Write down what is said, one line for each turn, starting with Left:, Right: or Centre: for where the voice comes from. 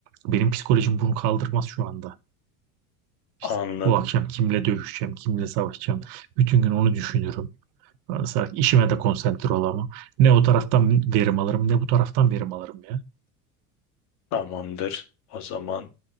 Right: Benim psikolojim bunu kaldırmaz şu anda. İşte
Left: Anladım.
Right: bu akşam kimle dövüşeceğim, kimle savaşacağım. Bütün gün onu düşünürüm. Mesela işime de konsantre olamam. Ne o taraftan verim alırım ne bu taraftan verim alırım ya.
Left: Tamamdır. O zaman